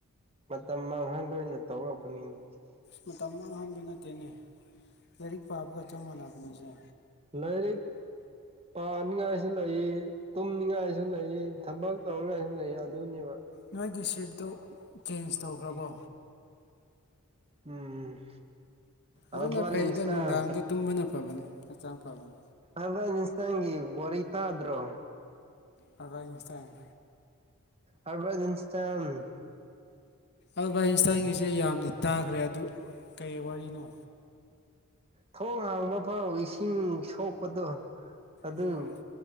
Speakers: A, on the right; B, on the left.
A: ꯃꯇꯝ ꯃꯥꯡꯍꯟꯅ ꯇꯧꯔꯛꯄꯅꯤꯅꯦ
B: ꯃꯇꯝ ꯃꯥꯡꯍꯟꯕ ꯅꯠꯇꯦꯅꯦ ꯂꯥꯏꯔꯤꯛ ꯄꯥꯕꯒ ꯆꯞ ꯃꯥꯟꯅꯕꯅꯤꯁꯦ
A: ꯂꯥꯏꯔꯤꯛ ꯄꯥꯅꯤꯡꯉꯥꯏꯁꯨ ꯂꯩ ꯇꯨꯝꯅꯤꯡꯉꯥꯏꯁꯨ ꯂꯩ ꯊꯕꯛ ꯇꯧꯔꯤꯉꯥꯏꯁꯨ ꯂꯩ ꯑꯗꯨꯅꯦꯕ
B: ꯅꯣꯏꯒꯤ ꯁꯤꯞꯇꯣ ꯆꯦꯟꯖ ꯇꯧꯈ꯭ꯔꯕꯣ
A: ꯎꯝ
B: ꯑꯗꯨꯅ
A: ꯑꯜꯕꯥꯔꯠ
B: ꯐꯩꯗꯣ
A: ꯑꯦꯟꯁꯇꯥꯏꯟ
B: ꯅꯨꯡꯗꯥꯡꯗ ꯇꯨꯝꯕꯅ ꯐꯕꯅꯤ ꯍꯛꯆꯥꯡ ꯐꯕꯅꯤ
A: ꯑꯕꯥꯗ ꯏꯁꯇꯥꯢꯟꯒꯤ ꯇꯥꯗ꯭ꯔꯣ
B: ꯑꯗꯥ ꯏꯟꯁꯇꯥꯏꯟ
A: ꯑꯔꯕꯥꯗ ꯏꯟꯁꯇꯥꯢꯟ
B: ꯑꯚꯥꯏꯟꯁꯇꯟꯒꯤꯁꯦ ꯌꯥꯝꯗꯤ ꯇꯥꯈ꯭ꯔꯦ ꯑꯗꯨ ꯀꯩ ꯋꯥꯔꯤꯅꯣ
A: ꯊꯣꯡ ꯍꯥꯡꯕ ꯐꯥꯎ ꯏꯁꯤꯡ ꯁꯣꯛꯄꯗꯣ ꯑꯗꯨ
B: ꯎꯝ